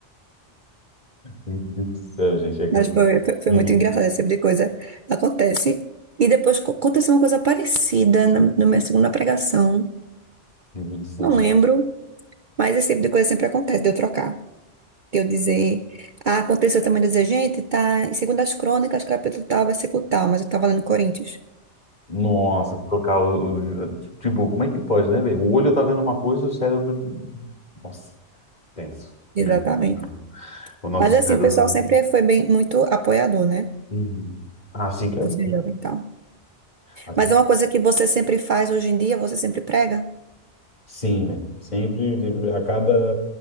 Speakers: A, on the left (about 35°); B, on the right (about 50°).
A: meu Deus do céu, gente. É que
B: Mas
A: eu-
B: foi, foi foi
A: livro
B: muito
A: de,
B: engraçado, esse tipo de coisa acontece. E depois co- aconteceu uma coisa parecida na, na minha segunda pregação.
A: livro de Sansão.
B: Não lembro, mas esse tipo de coisa sempre acontece, de eu trocar. De Eu dizer, ah, aconteceu também de eu dizer, gente, tá em Segundas Crônicas, capítulo tal, versículo tal, mas eu tava lendo Coríntios.
A: Nossa, trocar o, o- Tipo, como é que pode, né, velho? O olho tá vendo uma coisa e o cérebro. Nossa, tenso.
B: Exatamente.
A: Meu Deus do céu. O nosso
B: Mas assim,
A: cérebro.
B: o pessoal sempre foi bem, muito apoiador, né?
A: Uhum. Ah, Assim que é
B: Por
A: bom.
B: ser jovem e tal.
A: Assim.
B: Mas é uma coisa que você sempre faz hoje em dia, você sempre prega?
A: Sim, velho. Sempre, sempre, a cada,